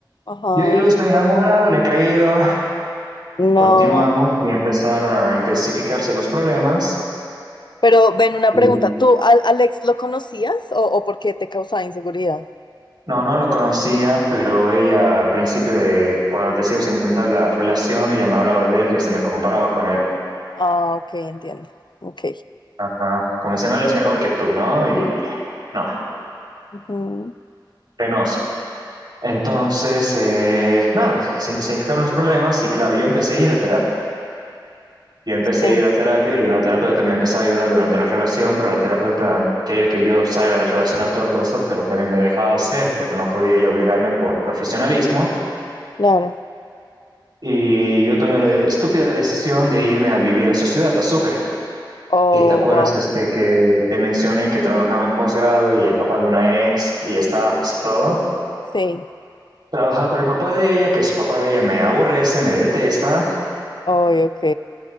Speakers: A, on the left; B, on the right.
A: Ajá,
B: Yo iluso enamorado, le he creído,
A: no.
B: continuamos y empezaron a intensificarse los problemas.
A: Pero ven, una
B: Y
A: pregunta. ¿Tú al Alex lo conocías o, o por qué te causaba inseguridad?
B: No, no lo conocía, pero ella al principio de cuando decidimos intentar la relación, ella me hablaba de él y hasta me comparaba con él.
A: Ah, ok, entiendo. Ok.
B: Ajá, como diciendo, él es mejor que tú, ¿no? Y no,
A: Ujú,
B: penoso. Entonces, eh, nada, se intensificaron los problemas y claro, yo empecé a ir a terapia. Yo empecé
A: Sí,
B: a ir a terapia y la terapeuta me empezó a ayudar durante la relación, pero la terapeuta quería que yo salga de la relación a toda cosa, pero también me dejaba hacer porque no podía ella obligarme por profesionalismo.
A: claro.
B: Y yo tomé la estúpida decisión de irme a vivir a su ciudad, a Sucre.
A: Oh,
B: Y te acuerdas
A: wow.
B: este, que te mencioné que trabajaba en posgrado y el papá de una ex y estafas y todo.
A: Sí.
B: Trabajaba para el papá de ella, que su papá de ella me aborrece, me detesta,
A: Oh, ok,